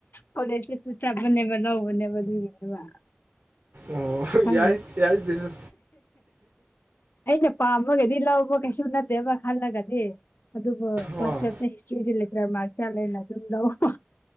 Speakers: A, on the left; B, on the right.
A: ꯀꯣꯂꯦꯖꯇꯁꯨ ꯆꯠꯄꯅꯦꯕ ꯂꯧꯕꯅꯦꯕ ꯑꯗꯨꯒꯤꯅꯦꯕ
B: ꯑꯣ
A: ꯈꯪꯗꯦ
B: ꯌꯥꯏ ꯌꯥꯏ ꯑꯗꯨꯁꯨ
A: ꯑꯩꯅ ꯄꯥꯃꯒꯗꯤ ꯂꯧꯕ ꯀꯩꯁꯨ ꯅꯠꯇꯦꯕ ꯈꯜꯂꯒꯗꯤ ꯑꯗꯨꯕꯨ
B: ꯑꯣ
A: ꯀ꯭ꯂꯥꯁ ꯇꯨꯋꯦꯜꯞꯇ ꯍꯤꯁꯇ꯭ꯔꯤꯁꯦ ꯂꯤꯇꯔꯦꯜ ꯃꯥꯔꯛ ꯆ ꯂꯩꯅ ꯑꯗꯨꯝ ꯂꯧꯕ